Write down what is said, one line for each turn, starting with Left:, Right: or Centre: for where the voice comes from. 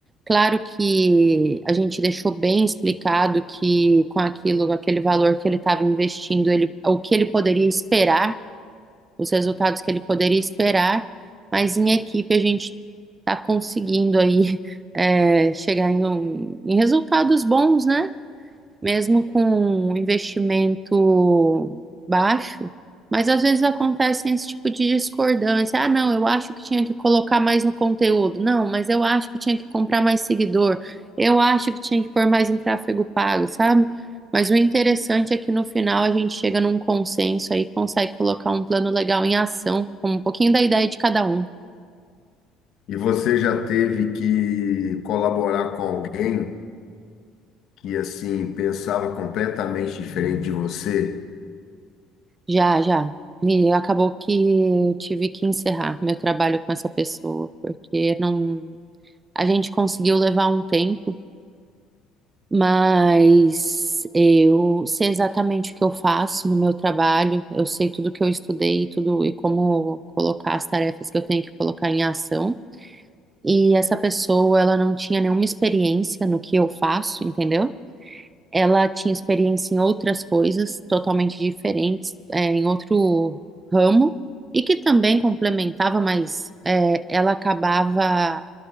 Right: Claro que a gente deixou bem explicado que com aquilo, com aquele valor que ele estava investindo, ele, o que ele poderia esperar, os resultados que ele poderia esperar, mas em equipe a gente está conseguindo aí <laughs> é, chegar em, um- em resultados bons, né? mesmo com um investimento baixo, mas às vezes acontece esse tipo de discordância. Ah, não, eu acho que tinha que colocar mais no conteúdo. Não, mas eu acho que tinha que comprar mais seguidor. Eu acho que tinha que pôr mais em tráfego pago, sabe? Mas o interessante é que no final a gente chega num consenso aí, consegue colocar um plano legal em ação, com um pouquinho da ideia de cada um.
Left: E você já teve que colaborar com alguém que, assim, pensava completamente diferente de você?
Right: Já, já. E acabou que eu tive que encerrar meu trabalho com essa pessoa, porque não A gente conseguiu levar um tempo, mas eu sei exatamente o que eu faço no meu trabalho, eu sei tudo que eu estudei, tudo e como colocar as tarefas que eu tenho que colocar em ação. E essa pessoa, ela não tinha nenhuma experiência no que eu faço, entendeu? Ela tinha experiência em outras coisas totalmente diferentes, é, em outro ramo, e que também complementava, mas é, ela acabava